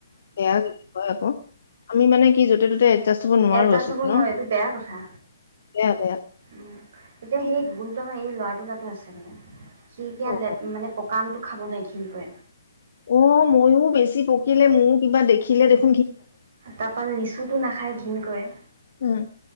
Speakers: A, on the left (about 60°); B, on the right (about 50°).
A: বেয়া হয় আকৌ আমি মানে কি য'তে ত'তে এডজাষ্ট হব নোৱাৰো
B: এডজাষ্ট
A: আচোন
B: হ'ব
A: ন
B: নোৱাৰে এইটো বেয়া কথা
A: বেয়া বেয়া
B: উম, এতিয়া সেই গুণটো আমাৰ এই ল'ৰাটো তাতো আছে মানে কি এতিয়া
A: অ
B: মানে। কামটো খাব নাই ঘৃণ কৰে
A: অঁ ময়ো বেছি পকিলে ময়ো কিবা দেখিলে দেখো
B: তাৰপৰা লিচুতটো নাখাই দিয় ঘৃণ কৰে।
A: উম।